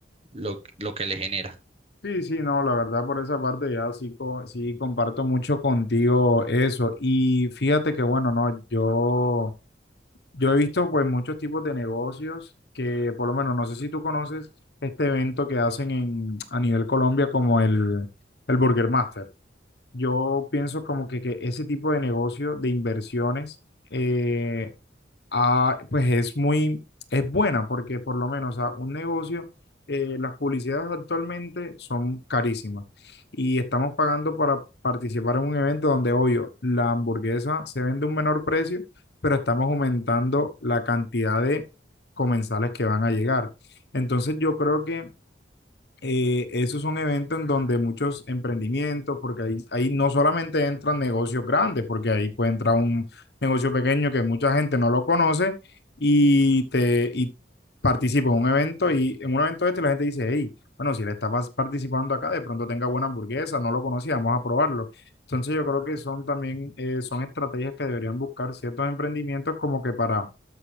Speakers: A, on the right (about 30°); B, on the left (about 60°).
A: lo, lo que le genera.
B: Sí, sí, no, la verdad por esa parte ya sí, co- sí comparto mucho contigo eso. Y fíjate que bueno, no, yo, yo he visto pues muchos tipos de negocios que por lo menos, no sé si tú conoces este evento que hacen en, a nivel Colombia como el, el Burger Master. Yo pienso como que, que ese tipo de negocio, de inversiones, eh, ah, pues es muy, es buena porque por lo menos a un negocio, eh, las publicidades actualmente son carísimas y estamos pagando para participar en un evento donde, obvio, la hamburguesa se vende a un menor precio, pero estamos aumentando la cantidad de comensales que van a llegar. Entonces yo creo que eh, esos son eventos en donde muchos emprendimientos, porque ahí, ahí no solamente entran negocios grandes, porque ahí puede entrar un negocio pequeño que mucha gente no lo conoce y te y participa en un evento y en un evento de este la gente dice, hey, bueno, si le está pas- participando acá, de pronto tenga buena hamburguesa, no lo conocía, vamos a probarlo. Entonces yo creo que son también, eh, son estrategias que deberían buscar ciertos emprendimientos como que para